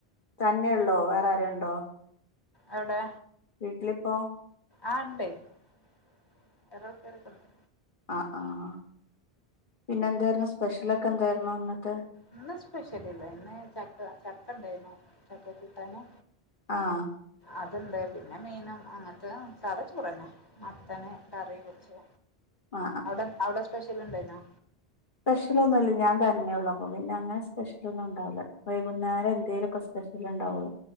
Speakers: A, on the left; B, on the left.
A: തന്നെയള്ളോ വേറെ ആരേം ഉണ്ടോ
B: അവിടെ
A: വീട്ടിലിപ്പോ
B: ആ ഉണ്ടേ <unintelligible> പേരൊക്കെ ഉണ്ട്
A: ആഹ് ആഹ് പിന്നെ എന്തായിരുന്നു സ്പെഷ്യലൊക്കെ എന്തായിരുന്നു ഇന്നത്തെ-
B: ഇന്ന് സ്പെഷ്യൽ ഇല്ല ഇന്ന് ചക്ക ചക്കണ്ടാരുന്നു ചക്കകൂട്ടാന്
A: ആഹ്
B: അതുണ്ട് പിന്നെ മീനും അങ്ങൻത്തെ സാത ചോറെന്നെ മത്തന് കറി വെച്ച്
A: ആ
B: അവടെ അവടെ സ്പെഷ് ൽ ണ്ടാ യിനോ
A: സ്പെഷ്യലൊന്നുല്ല ഞാൻ തന്നെള്ളൂ അപ്പ പിന്നെ അങ്ങനെ സ്പെഷ്യലൊന്നുണ്ടാവുല്ല വൈകുന്നേരം എന്തേലൊക്കെ സ്പെഷ്യല് ണ്ടാവോള്ളൂ